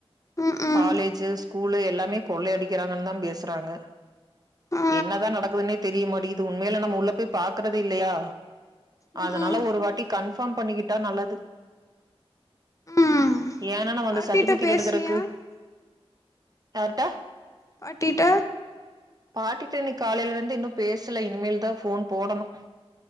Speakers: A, on the left; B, on the right.
A: ம் ம்
B: காலேஜு ஸ்கூலு எல்லாமே கொள்ளை அடிக்கிறாங்கன்னு தா பேசுறாங்க
A: ஆ
B: என்னதா நடக்குதுன்னே தெரியுமாட்டிகிது உண்மையலே நம்ம உள்ள போய் பாக்குறதே இல்லையா
A: ம்
B: அதனால
A: ம்
B: ஒரு வாட்டி கன்ஃபார்ம் பண்ணிக்கிட்டா நல்லது
A: ம்
B: ஏன்னா நம்ம
A: பாட்டிட்ட
B: அந்த சர்ட்டிபிகேட்
A: பேசுனியா
B: எடுக்கறக்கு யார்ட்ட
A: பாட்டிட்ட
B: பாட்டிட்ட இன்னக்கி காலேல இருந்து இன்னு பேசல இனிமேல் தா ஃபோன் போடணு